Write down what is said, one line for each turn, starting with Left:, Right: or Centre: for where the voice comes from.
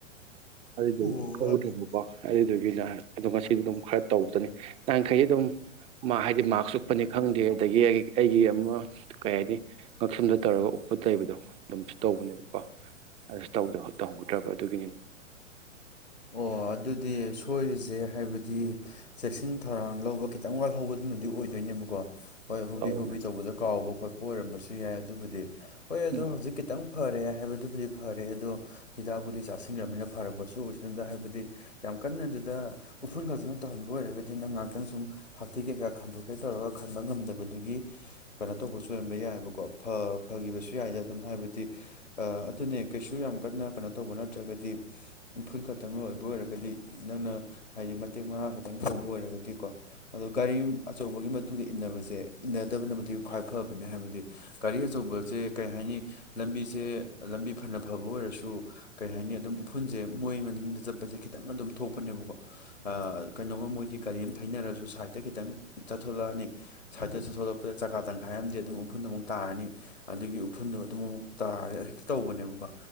Right: ꯑꯗꯨꯏꯗ‌ꯣ
Left: ꯑꯣ
Right: ꯎꯞꯐꯧꯗꯔ‌ꯦꯕ ꯀ‌ꯣ ꯑꯗꯨꯗꯨꯒꯤꯅ ꯑꯗꯣ ꯉꯁꯤꯗꯤ ꯑꯗꯨꯝ ꯈꯔ ꯇꯧꯕꯗꯨꯅꯤ ꯉꯥꯍꯥꯟꯈꯩꯗꯤ ꯑꯗꯨꯝ ꯃꯥ ꯍꯥꯏꯗꯤ ꯃꯥꯛꯁ ꯎꯞꯄꯅꯤ ꯈꯪꯗꯦ ꯑꯗꯥꯒꯤ ꯑꯩ ꯑꯩꯒꯤ ꯑꯃ ꯀꯩ ꯍꯥꯏꯅꯤ ꯉꯛꯁꯝꯗ ꯇꯧꯔꯒ ꯎꯞꯄ ꯇꯩꯕꯗꯣ ꯑꯗꯨꯝꯁꯨ ꯇꯧꯕꯅꯦꯕꯀꯣ ꯑꯗꯨꯁꯨ ꯇꯧꯗꯕ ꯇꯧꯍꯧꯗ꯭ꯔꯕ ꯑꯗꯨꯒꯤꯅ‌ꯦ
Left: ꯑꯣ ꯑꯗꯨꯗꯤ ꯁꯣꯏꯔꯤꯖꯦ ꯍꯥꯏꯕꯗꯤ ꯆꯦꯛꯁꯤꯟ ꯊꯧꯔꯥꯡ ꯂꯧꯕ ꯈꯤꯇꯪ ꯋꯥꯜꯍꯧꯕꯗꯨꯅꯗꯤ ꯑꯣꯏꯗꯣꯏꯅꯦꯕꯀꯣ ꯍꯣꯏ ꯍꯣꯕꯤ
Right: ꯑꯧ
Left: ꯍꯣꯕꯤ
Right: ꯃꯥꯅꯤ
Left: ꯇꯧꯕꯗ ꯀꯥꯎꯕ ꯈꯣꯠꯄ ꯑꯣꯏꯔꯝꯕꯁꯨ ꯌꯥꯏ ꯑꯗꯨꯕꯨꯗꯤ ꯍꯣꯏ ꯑꯗꯣ
Right: ꯎꯝ
Left: ꯍꯧꯖꯤꯛ ꯈꯤꯇꯪ ꯐꯔꯦ ꯍꯥꯏꯕꯗꯨꯕꯨꯗꯤ ꯐꯔꯦ ꯑꯗꯣ ꯍꯤꯗꯥꯛ ꯒꯨꯂꯤ ꯆꯥꯁꯤꯟꯒ꯭ꯔꯕꯅꯤꯅ ꯐꯔꯛꯄꯁꯨ ꯑꯣꯏꯁꯅꯨꯗꯥ ꯍꯥꯏꯕꯗꯤ ꯌꯥꯝ ꯀꯟꯅ ꯑꯗꯨꯗꯥ ꯎꯐꯨꯜ ꯐꯖꯅ ꯇꯧꯍꯟꯕ ꯑꯣꯏꯔꯒꯗꯤ ꯅꯪ ꯉꯥꯏꯍꯥꯛꯇꯪ ꯁꯨꯝ ꯍꯥꯛꯊꯤ ꯀꯩꯀꯥ ꯈꯟꯗꯣꯛꯀꯦ ꯇꯧꯔꯒ ꯈꯟꯕ ꯉꯝꯗꯕꯗꯨꯒꯤ ꯀꯩꯅꯣ ꯇꯧꯕꯁꯨ ꯑꯣꯏꯔꯝꯕ ꯌꯥꯏꯕꯀꯣ ꯐꯥ ꯐꯥꯒꯤꯕꯁꯨ ꯌꯥꯏꯗ ꯑꯗꯨꯝ ꯍꯥꯏꯕꯗꯤ ꯑ ꯑꯗꯨꯅꯦ ꯀꯩꯁꯨ ꯌꯥꯝ ꯀꯟꯅ ꯀꯩꯅꯣ ꯇꯧꯕ ꯅꯠꯇ꯭ꯔꯒꯗꯤ ꯏꯐꯨꯜ ꯈꯛꯇꯪ ꯑꯣꯏꯕ ꯑꯣꯏꯔꯒꯗꯤ ꯅꯪꯅ ꯍꯥꯏꯗꯤ ꯃꯇꯦꯛ ꯃꯥꯔꯡ ꯈꯛꯇꯪ ꯊꯧꯕ ꯑꯣꯏꯔꯒꯗꯤꯀꯣ ꯑꯗꯣ ꯒꯥꯔꯤ ꯑꯆꯧꯕꯒꯤ ꯃꯇꯨꯡꯗ ꯏꯟꯅꯕꯁꯦ ꯏꯟꯅꯗꯕꯅꯕꯨꯗꯤ ꯈ꯭ꯋꯥꯏ ꯐꯕꯅꯦ ꯍꯥꯏꯕꯗꯤ ꯒꯥꯔꯤ ꯑꯆꯧꯕꯖꯦ ꯀꯔꯤ ꯍꯥꯏꯅꯤ ꯂꯝꯕꯤꯁꯦ ꯂꯝꯕꯤ ꯐꯅ ꯐꯕ ꯑꯣꯏꯔꯁꯨ ꯀꯩ ꯍꯥꯏꯅꯤ ꯑꯗꯨꯝ ꯎꯐꯨꯜꯁꯦ ꯃꯣꯏ ꯃꯅꯤꯡꯗ ꯆꯠꯄꯁꯦ ꯈꯤꯇꯪ ꯑꯗꯨꯝ ꯊꯣꯛꯄꯅꯦꯕꯀꯣ ꯑꯥ ꯀꯩꯅꯣꯝꯃ ꯃꯣꯏꯗꯤ ꯒꯥꯔꯤ ꯑꯃ ꯊꯩꯅꯔꯁꯨ ꯁꯥꯏꯠꯇ ꯈꯤꯇꯪ ꯆꯠꯊꯣꯂꯛꯑꯅꯤ ꯁꯥꯏꯠꯇꯁꯨ ꯊꯣꯛꯂꯛꯄꯗ ꯆꯀꯥ ꯇꯪꯈꯥꯏ ꯑꯃꯗꯤ ꯑꯗꯨꯝ ꯎꯐꯨꯟꯗ ꯑꯃꯨꯛ ꯇꯥꯔꯅꯤ ꯑꯗꯨꯒꯤ ꯎꯐꯨꯟꯗꯣ ꯑꯗꯨꯝ ꯑꯃꯨꯛ ꯇꯥꯔꯦ ꯍꯦꯛꯇꯥ ꯇꯧꯕꯅꯦꯕꯀꯣ